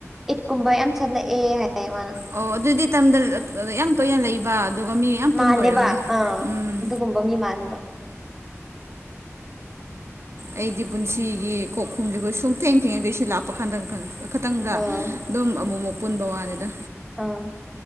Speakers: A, in the centre; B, on the right.
A: ꯏꯛꯀꯨꯝꯕ ꯌꯥꯝ ꯆꯠꯂꯛꯑꯦ ꯍꯥꯏ ꯃꯥꯅ
B: ꯑꯣ ꯑꯗꯨꯗꯤ ꯇꯝꯗ ꯌꯥꯝ ꯇꯣꯏꯅ ꯂꯩꯕ ꯑꯗꯨꯒ ꯃꯤ ꯌꯥꯝ ꯄꯨꯟꯕ
A: ꯃꯥꯜꯂꯦꯕ
B: ꯑꯣꯏꯔꯝꯅꯤ
A: ꯑꯥ
B: ꯎꯝ
A: ꯑꯗꯨꯒꯨꯝꯕ ꯃꯤ ꯃꯥꯜꯂꯦꯕ
B: ꯑꯩꯗꯤ ꯄꯨꯟꯁꯤꯒꯤ ꯀꯣꯛꯈꯨꯝꯁꯤꯒ ꯁꯨꯡꯊꯦꯡ ꯊꯦꯡꯅꯗꯦ ꯁꯤ ꯂꯥꯛꯄ ꯀꯥꯟꯗ ꯈꯇꯪꯗ
A: ꯑꯥ
B: ꯑꯗꯨꯝ ꯑꯃꯨ ꯃꯨꯛ ꯄꯨꯟꯕꯩ ꯋꯥꯅꯤꯗ
A: ꯑꯥ